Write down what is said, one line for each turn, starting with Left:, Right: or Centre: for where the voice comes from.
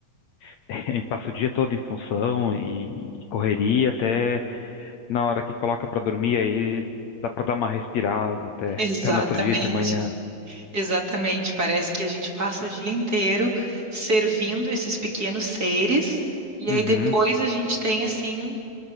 Left: <laughs> a gente passa o dia todo em função e, e correria até na hora que coloca pra dormir, aí dá pra dar uma respirada
Right: <laughs>
Left: até,
Right: Exatamente,
Left: <laughs> até no outro dia de manhã.
Right: exatamente. Parece que a gente passa o dia inteiro servindo esses pequenos seres, e
Left: Uhum,
Right: aí depois a gente tem, assim,